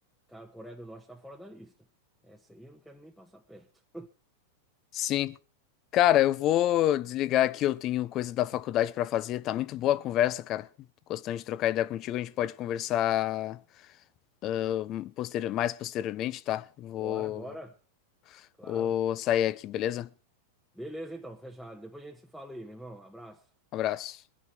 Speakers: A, in the centre; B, on the left.
A: Cara, a Coreia do Norte está fora da lista. Essa aí eu não quero nem passar perto.
B: Sim, Cara, eu vou desligar aqui, eu tenho coisa da faculdade pra fazer. Tá muito boa a conversa, cara. Tô gostando de trocar ideia contigo, a gente pode conversar uh, posteri- mais posteriormente, tá? Vou,
A: Bora, bora. Claro.
B: vou sair aqui, beleza?
A: Beleza, então, fechado. Depois a gente se fala aí, meu irmão. Abraço.
B: Abraço.